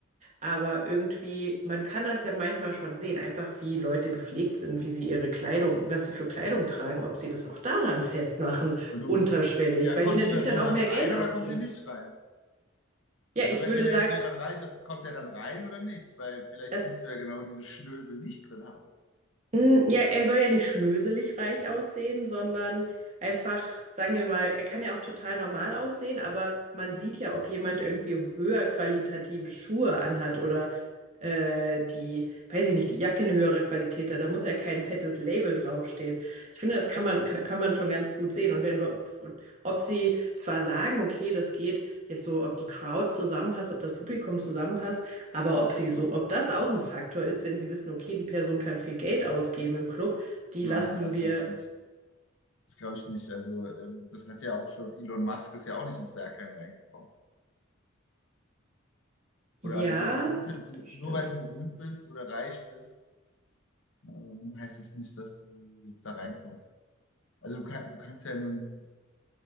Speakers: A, on the right (about 35°); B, on the left (about 70°).
A: aber irgendwie, man kann das ja manchmal schon sehen, einfach wie Leute gepflegt sind, wie sie ihre Kleidung, was sie für Kleidung tragen, ob sie das auch daran festmachen,
B: Und du,
A: unterschwellig,
B: ja,
A: weil
B: kommt
A: die natürlich
B: die Person
A: dann auch
B: dann
A: mehr
B: rein
A: Geld
B: oder
A: ausgeben.
B: kommt sie nicht rein?
A: Ja,
B: Also
A: ich
B: wenn,
A: würde
B: wenn da
A: sagen,
B: jetzt jemand reich ist, kommt der dann rein oder nicht? Weil vielleicht
A: das
B: willst du ja genau diese Schnösel nicht drin haben.
A: Mm, Ja, er soll ja nicht schnöselig reich aussehen, sondern einfach, sagen wir mal, er kann ja auch total normal aussehen, aber man sieht ja, ob jemand irgendwie höher qualitative Schuhe anhat oder äh, die, weiß ich nicht, die Jacke eine höhere Qualität hat. Da muss ja kein fettes Label draufstehen. Ich finde, das kann man, ka- kann man schon ganz gut sehen. Und wenn, Lo- und ob sie zwar sagen, okay, das geht jetzt so, ob die Crowd zusammenpasst, ob das Publikum zusammenpasst, aber ob sie so, ob das auch ein Faktor ist, wenn sie wissen, okay, die Person kann viel Geld ausgeben im Club, die
B: Nein,
A: lassen
B: das
A: wir,
B: glaube ich nicht. Das glaube ich nicht. Also ähm, das hat ja auch schon, Elon Musk ist ja auch nicht ins Berghain reingekommen.
A: ja,
B: Oder also berühmte, du,
A: das stimmt.
B: nur weil du berühmt bist oder reich bist, ähm, heißt es das nicht, dass du jetzt da reinkommst. Also du, kann, du kannst ja in einem